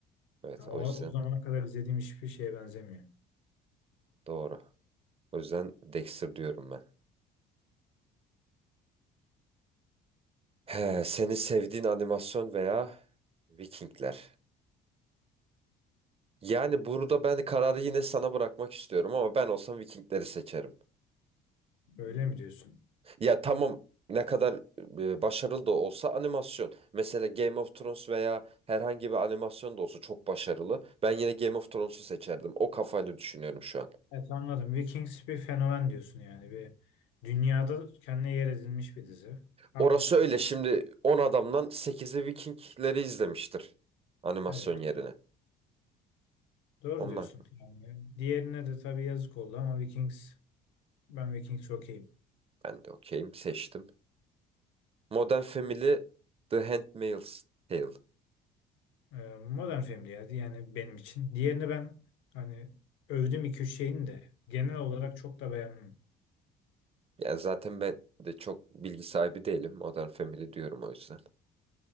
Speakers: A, on the right; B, on the left.
A: evet
B: Yani
A: o
B: o,
A: yüzden
B: o zamana kadar izlediğim hiçbir şeye benzemiyor.
A: doğru. O yüzden Dexter diyorum ben. He, seni sevdiğin animasyon veya Vikingler. Yani burada ben kararı yine sana bırakmak istiyorum ama ben olsam Vikingleri seçerim.
B: Öyle mi diyorsun?
A: Ya tamam ne kadar e, başarılı da olsa animasyon. Mesela Game of Thrones veya herhangi bir animasyon da olsa çok başarılı. Ben yine Game of Thrones'u seçerdim. O kafayla düşünüyorum şu an.
B: Evet anladım. Vikings bir fenomen diyorsun yani. Bir dünyada kendine yer edinmiş bir dizi. Haklısın.
A: Orası öyle şimdi 10 adamdan sekizi Vikingleri izlemiştir animasyon
B: Evet.
A: yerine.
B: Doğru
A: Ondan
B: diyorsun. Yani diğerine de tabii yazık oldu ama Vikings ben Vikings okeyim.
A: ben de okeyim seçtim. Modern Family The Handmaid's Tale.
B: Ee, modern film diyerdi yani benim için. Diğerini ben hani övdüm iki üç şeyini de genel olarak çok da beğenmem.
A: Yani zaten ben de çok bilgi sahibi değilim. Modern Family diyorum o yüzden.